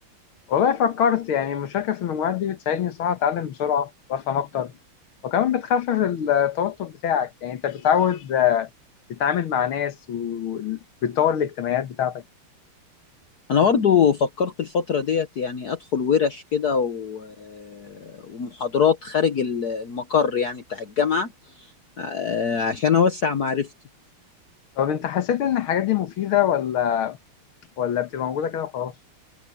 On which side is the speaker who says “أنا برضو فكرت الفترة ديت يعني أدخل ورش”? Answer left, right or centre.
Left